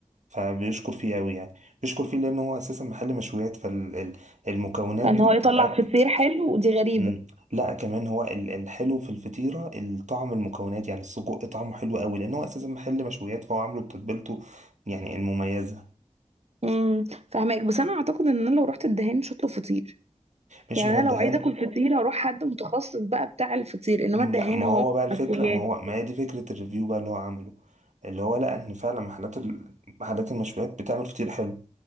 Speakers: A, on the right (about 80°); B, on the right (about 60°).
A: فبيشكر فيه أوي يعني بيشكر فيه لأنه هو أساسا محل مشويات فالمكونات
B: فان
A: بتاعة
B: هو يطلع
A: الأكل
B: فطير حلو ودي غريبة
A: مم. لا كمان هو ال- الحلو في الفطيرة الطعم المكونات يعني السجق طعمه حلو قوي لأن هو أساسا محل مشويات فهو عامله بتتبيلته يعني المميزة
B: امم فاهمك بس انا اعتقد ان انا لو رحت الدهان مش هطلب فطير
A: مش
B: يعني
A: ما هو الدهان
B: انا لو عايزة اكل فطير هروح حد متخصص بقى بتاع الفطير انما
A: م-
B: الدهان
A: لا ما
B: هو
A: هو بقى الفكرة
B: مشويات
A: ما هو ما هي دي فكرة الريفيو بقى اللي هو عامله اللي هو لقى إن فعلا محلات ال- محلات المشويات بتعمل فطير حلو